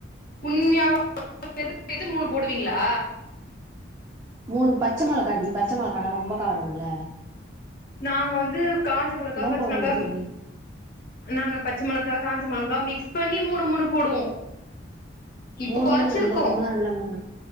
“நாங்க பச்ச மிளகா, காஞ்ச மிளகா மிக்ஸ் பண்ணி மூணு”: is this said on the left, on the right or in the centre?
Left